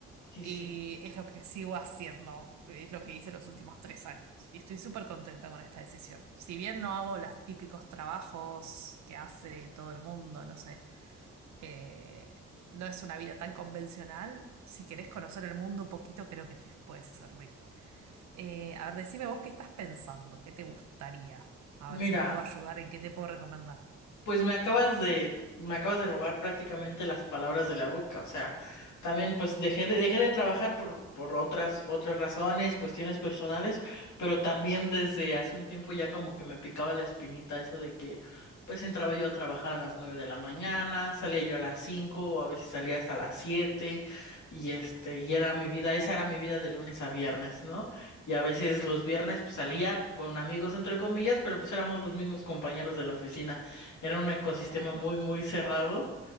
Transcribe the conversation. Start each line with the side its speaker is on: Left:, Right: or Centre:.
Left: Sí, sí.
Right: Y es lo que sigo haciendo, es lo que hice los últimos tres años. Y estoy súper contenta con esta decisión. Si bien no hago los típicos trabajos que hace todo el mundo, no sé, eh, no es una vida tan convencional, si querés conocer el mundo un poquito, creo que te puede servir. Eh, a ver, decime vos qué estás pensando, qué te gustaría. A
Left: Mira,
Right: ver si te puedo ayudar, en qué te puedo recomendar.
Left: pues me acabas de, me acabas de robar prácticamente las palabras de la boca. O sea, también pues dejé de, dejé de trabajar por, por otras, otras razones, cuestiones personales, pero también desde hace un tiempo ya como que me picaba la espinita eso de que pues entraba yo a trabajar a las nueve de la mañana, salía yo a las cinco, o a veces salía hasta las siete, y este, y era mi vida, esa era mi vida de lunes a viernes, ¿no? Y a veces los viernes pues salía con amigos entre comillas, pero pues éramos los mismos compañeros de la oficina. Era un ecosistema
Right: claro
Left: muy, muy cerrado